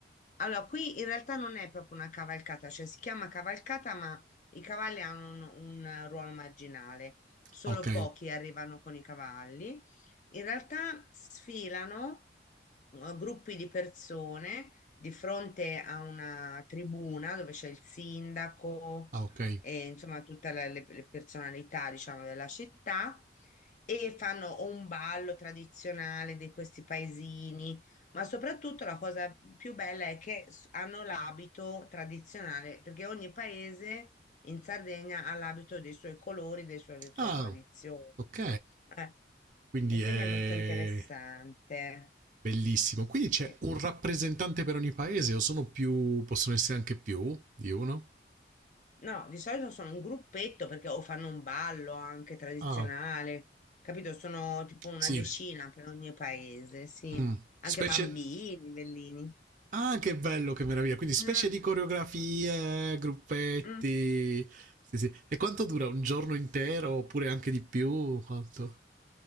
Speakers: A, on the left (about 40°); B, on the right (about 45°).
A: Allora, qui in realtà non è proprio una cavalcata, cioè si chiama cavalcata, ma i cavalli hanno un, un eh, ruolo marginale, solo
B: Ok,
A: pochi arrivano con i cavalli. In realtà sfilano eh, gruppi di persone di fronte a una tribuna dove c'è il sindaco
B: ah, ok.
A: e insomma tutte le, le- le personalità, diciamo, della città e fanno o un ballo tradizionale di questi paesini ma soprattutto la cosa più bella è che s- hanno l'abito tradizionale, perché ogni paese in Sardegna ha l'abito dei suoi colori, dei suoi- delle sue
B: Ah,
A: tradizioni.
B: ok.
A: Eh,
B: Quindi
A: e quindi
B: è
A: è molto interessante.
B: Bellissimo. Quindi
A: Sì.
B: c'è un rappresentante per ogni paese o sono più, possono essere anche più di uno?
A: No, di solito sono un gruppetto perché o fanno un ballo anche tradizionale,
B: Ah,
A: capito? Sono tipo una
B: sì.
A: decina per ogni paese, sì.
B: Mm.
A: Anche
B: Specie...
A: bambini, bellini.
B: Ah, che bello, che meraviglia. Quindi specie
A: Mm,
B: di coreografie, gruppetti.
A: mm.
B: Sì, sì. E quanto dura? Un giorno intero oppure anche di più? Quanto?